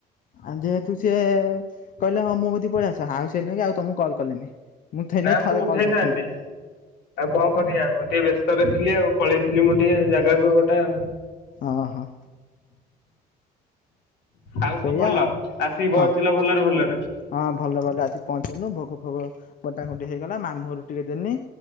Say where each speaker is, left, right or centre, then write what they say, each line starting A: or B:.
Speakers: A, on the left; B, on the left.
A: ଆଉ ଯେହେତୁ ସିଏ କହିଲେ ହଁ ମୋ କତିକି ପଳେଇଆସ ଆଉ ସେଇଥି ନାଗି ଆଉ ତମକୁ କଲ୍ କଲିନି। ମୁଁ ସେଇନାଗି
B: ନା ମୁଁ
A: ଥରେ
B: ଉଠେଇଥାନ୍ତି।
A: କଲ୍ କରିଥିଲି
B: ଆଉ କଣ କରିବା ମୁଁ ଟିକେ ବ୍ୟସ୍ତରେ ଥିଲି ଆଉ ପଳେଇଥିଲି ମୁଁ ଟିକେ ଜାଗାକୁ ଆଉ ଗୋଟେ।
A: ହଁ ହଁ।
B: ଆଉ
A: ସେଇଆ
B: ସବୁ ଭଲ
A: ଆଉ
B: ଆସିକି ପହଞ୍ଚିଲ
A: ହଁ।
B: ଭଲରେ ଭଲରେ।
A: ହଁ ଭଲ ଭଲ ଆସି ପହଞ୍ଚି ଗନି ନୁ ଭୋଗ ଫୋଗ ବଣ୍ଟା ବୁଣ୍ଟି ହେଇଗଲା ମାମୁଁ ଘରକୁ ଟିକେ ଦେନି।